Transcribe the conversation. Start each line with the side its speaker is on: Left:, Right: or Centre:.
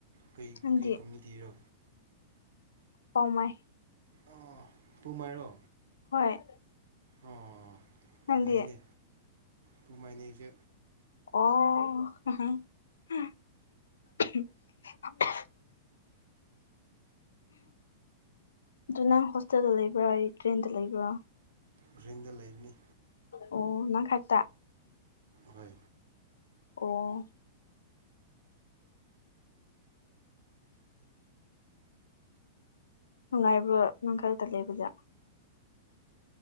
Right: ꯀꯩ
Left: ꯅꯪꯗꯤ
Right: ꯀꯩ ꯀꯝꯃꯨꯅꯤꯇꯤꯔꯣ
Left: ꯀꯧꯃꯥꯏ
Right: ꯑ ꯄꯨꯃꯩꯏꯔꯣ
Left: ꯍꯣꯏ
Right: ꯑꯣ
Left: ꯅꯪꯗꯤ
Right: ꯌꯥꯏꯅꯦ ꯀꯃꯥꯏꯅꯦꯁꯨ
Left: ꯑꯣ ꯑꯗꯨ ꯅꯪ ꯍꯣꯁꯇꯦꯜꯗ ꯂꯩꯕ꯭ꯔꯥ ꯔꯦꯟꯗ ꯂꯩꯕ꯭ꯔꯥ
Right: ꯒꯔꯦꯟꯗ ꯂꯩꯕꯅꯤ
Left: ꯑꯣ ꯅꯪꯈꯥꯏꯗ
Right: ꯍꯣꯏ
Left: ꯑꯣ ꯅꯨꯡꯉꯥꯏꯕꫭ ꯅꯪ ꯈꯔꯛꯇ ꯂꯩꯕꯁꯦ